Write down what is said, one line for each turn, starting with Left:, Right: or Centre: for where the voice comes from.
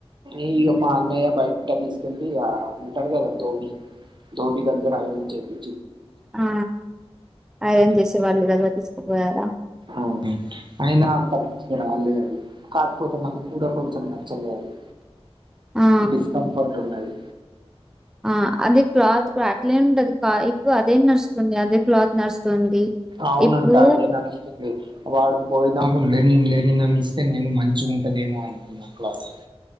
Right: ఇగ మా అన్నయ్య బయట తీసుకెళ్ళలి ఆ ఉంటారు కదా దోబీ ధోబీ దగ్గర ఐరన్ చేపి
Centre: ఆ ఐరన్ చేసే వాళ్ళు దగ్గర తీసుకపోయారా
Right: అవును అయినా అంత మంచిగా రాలే అది కాకపోతే నక్ కూడా కొంచెం నచ్చలే అది
Centre: ఆ
Right: డిస్కంఫర్ట్ ఉన్నది
Centre: ఆ అది క్లాత్ అట్లే ఉంటది కా ఇప్పుడు అదే నడుస్తుంది అదే క్లాత్ నడుస్తుంది
Right: అవునంట
Centre: ఇప్పుడు
Right: అదే నడుస్తుంది వాడు పోయినా ప్ లెనిన్ లెనిన్ అని ఇస్తే నేను మంచిగా ఉంటదేమొ అనుకున్నా క్లాత్